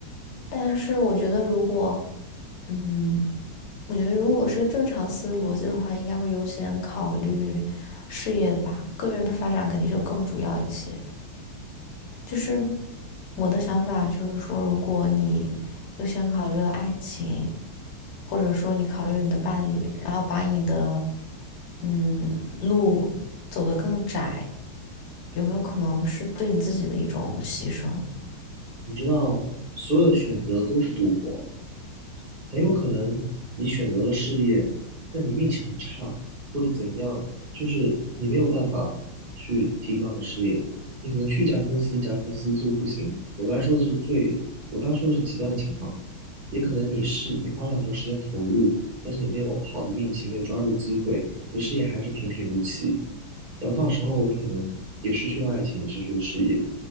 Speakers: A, on the left; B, on the right.
A: 但是我觉得，如果，嗯。我觉得如果是个正常思维逻辑的话，应该会优先考虑事业吧，个人的发展肯定是更主要一些。就是我的想法就是说，如果你优先考虑了爱情，或者说你考虑了你的伴侣，然后把你的嗯路走得更窄，有没有可能是对你自己的一种牺牲？
B: 你知道，所有的选择都是赌博，很有可能你选择了事业，但你运气很差，或者怎样，就是你没有办法去提高你的事业，你可能去一家公司，一家公司就不行。我刚才说的是最，我刚才说的是极端的情况，也可能你是你花了很多时间投入，但是你没有好的运气，没有抓住机会，你的事业还是平平无奇。然后到时候你可能也失去了爱情，也失去了事业。